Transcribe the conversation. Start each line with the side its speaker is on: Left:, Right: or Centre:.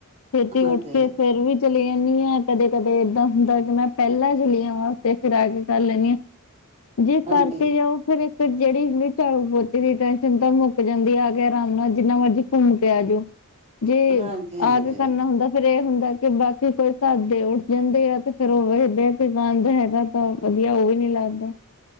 Left: ਛੇਤੀ
Right: ਹਾਂਜੀ,
Left: ਉੱਠ ਕੇ ਫਿਰ ਵੀ ਚਲੀ ਜਾਂਣੀ ਹਾਂ, ਕਦੇ-ਕਦੇ ਏਦਾਂ ਹੁੰਦਾ ਕਿ ਮੈਂ ਪਹਿਲਾਂ ਚਲੀ ਆਵਾਂ ਤੇ ਫਿਰ ਆ ਕੇ ਕਰ ਲੈਂਣੀ ਹਾਂ। ਜੇ
Right: ਹਾਂਜੀ,
Left: ਕਰਕੇ ਜਾਓ ਫੇਰ ਇੱਕ ਜਿਹੜੀ ਝਾੜੂ-ਪੋਚੇ ਦੀ ਟੈਨਸ਼ਨ ਤਾਂ ਮੁੱਕ ਜਾਂਦੀ ਆ ਕੇ ਆਰਾਮ ਨਾਲ ਜਿੰਨਾ ਮਰਜੀੀ ਘੁੰਮ ਕੇ ਆਜੋ। ਜੇ
Right: ਹਾਂਜੀ-ਹਾਂਜੀ,
Left: ਆ ਕੇ ਕਰਨਾ ਹੁੰਦਾ ਫੇਰ ਇਹ ਹੁੰਦਾ ਕਿ ਬਾਕੀ ਕੋਈ ਘਾਦੇ ਉੱਠ ਜਾਂਦੇ ਆ ਤੇ ਫੇਿਰ ਉਹ ਵੇਖਦੇ ਆ ਕਿ ਗੰਦ ਹੈਗਾ। ਵਧੀਆ ਉਹ ਵੀ ਨੀ ਲੱਗਦਾ।